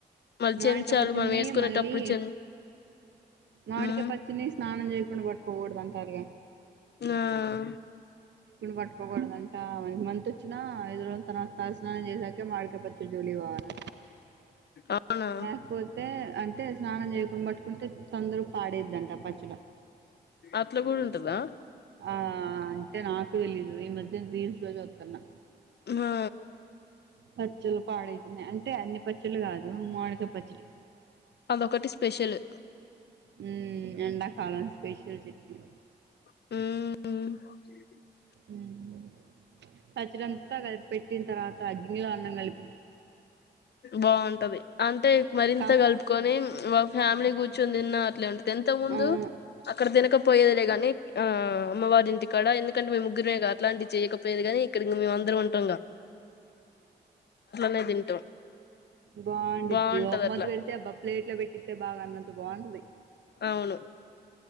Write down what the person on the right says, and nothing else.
మాడికాయ
పచ్చడ్ని
మళ్ళీ
మావిడికాయ
పచ్చడ్ని స్నానం చేయకుండా పట్టుకోకూడదు అం సరేగా
పట్కోకూడదంట మనకి మంత్ వచ్చినా ఐదు రోజుల తరువాత తల స్నానం చేసాక మామిడికాయ పచ్చడి జోలికి పోవలె
లేకపోతే అం ట స్నానం చేయకుండా పట్టుకుంటే తొండరగా పాడేద్ంట పచ్చ
ఆ అంటే నాక తెలీదు ఈ మధ్యన రీల్స్‌లో చూస్తున్నా
పచ్చళ్లు పాడేతున్నాయి అంటే అన్ని పచ్చళ్ళ కాదు మాడికాయ పచ్చడి
ఉమ్ ఎడాకాలం స్పెష్యల్ చట్నీ
ఉమ్ పచ్చడి అంతా కలిపి పెట్టిన తర్వాత గిన్నెలో అన్నం కల్
కా
అవును
బావుండిది
ఓ
మొద వెళ్తే అబ్బా ప్లేట్ లో పెట్టితే బాగా అన్నతా బావుంటది